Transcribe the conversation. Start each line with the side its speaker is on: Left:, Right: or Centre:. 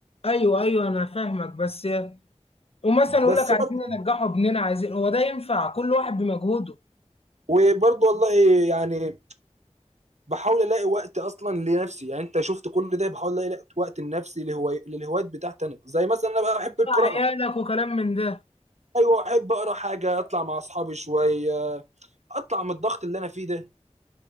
Left: ايوه ايوه انا فاهمك بس ومثلا
Right: بس
Left: يقول لك عايزين
Right: برضه
Left: ننجحوا ابننا عايزين هو ده ينفع كل واحد بمجهوده
Right: وبرضه والله يعني بحاول الاقي وقت اصلا لنفسي يعني انت شفت كل ده بحاول الاقي وقت لنفسي لهواي... للهوايات بتاعتي انا زي مثلا انا بقى بحب القراءه
Left: آه، عيالك وكلام من ده
Right: ايوه احب اقرا حاجه اطلع مع اصحابي شويه اطلع من الضغط اللي انا فيه ده